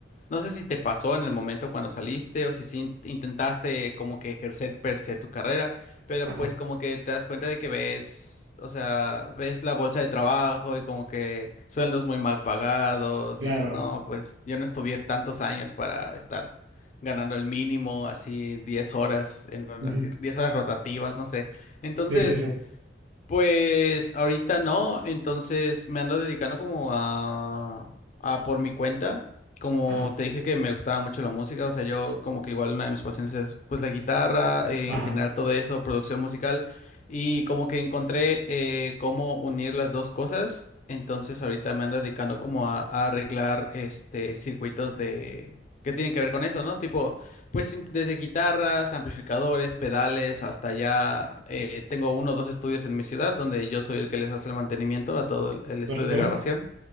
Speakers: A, on the left; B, on the right.
A: no sé si te pasó en el momento cuando saliste o si sí in- intentaste como que ejercer per se tu carrera, pero
B: ajá,
A: pues como que te das cuenta de que ves, o sea, ves la bolsa de trabajo y como que sueldos muy mal pagados,
B: claro.
A: dices, no, pues yo no estudié tantos años para estar ganando el mínimo, así 10 horas, en, horas-
B: Ujú.
A: 10 horas rotativas, no sé. Entonces...
B: Sí, sí, sí.
A: Pues ahorita no, entonces me ando dedicando como a, a por mi cuenta. Como
B: Ajá,
A: te dije que me gustaba mucho la música, o sea, yo como que igual una de mis pasiones es pues la guitarra, eh,
B: ajá.
A: en general todo eso, producción musical, y como que encontré eh, cómo unir las dos cosas, entonces ahorita me ando dedicando como a, a arreglar este circuitos de que tienen que ver con eso, ¿no? Tipo pues sim- desde guitarras, amplificadores, pedales, hasta ya eh, tengo uno o dos estudios en mi ciudad donde yo soy el que les hace el mantenimiento a todo el, el
B: Super
A: estudio de
B: cool.
A: grabación.